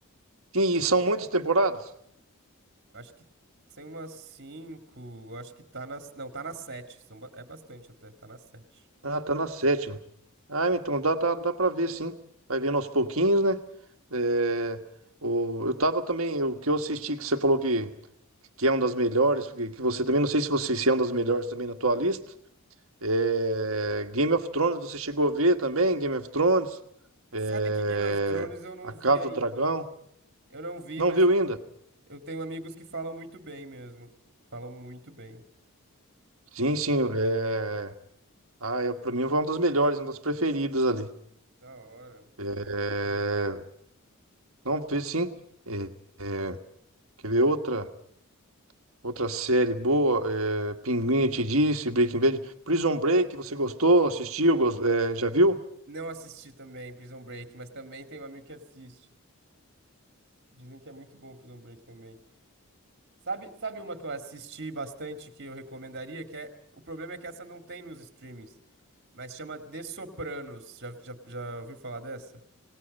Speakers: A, on the right; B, on the right.
A: sim, e são muitas temporadas.
B: Eu acho que tem umas cinco. Eu acho que tá nas. Não, tá nas sete. São... ba- É bastante até, tá nas sete.
A: Ah, tá na sétima. Ah, então dá, dá, dá para ver, sim. Vai vendo aos pouquinhos, né? É, o, eu tava também o que eu assisti que você falou que que é uma das melhores, porque que você também não sei se você se é uma das melhores também na tua lista. É, Game of Thrones, você chegou a ver também? Game of Thrones? É,
B: Sabe que Game of Thrones eu não
A: A Casa
B: vi ainda.
A: do Dragão?
B: Eu não vi,
A: Não
B: mas
A: viu
B: eu
A: ainda?
B: eu tenho amigos que falam muito bem mesmo. Falam muito bem.
A: Sim, sim. É... Ah, é, pra mim foi uma das melhores, uma das preferidas ali.
B: Da hora.
A: É,
B: Pô, eu vou ver.
A: Não, vi sim. É, é, Quer ver outra, outra série boa? É... Pinguim, eu te disse, Breaking Bad. Prison Break, você gostou? Assistiu? Gos- é, Já viu?
B: Não assisti também Prison Break, mas também tem um amigo que assiste. Dizem que é muito bom Prison Break também. Sabe, sabe uma que eu assisti bastante que eu recomendaria, que é, o problema é que essa não tem nos streamings, mas chama The Sopranos. Já, já, já ouviu falar dessa?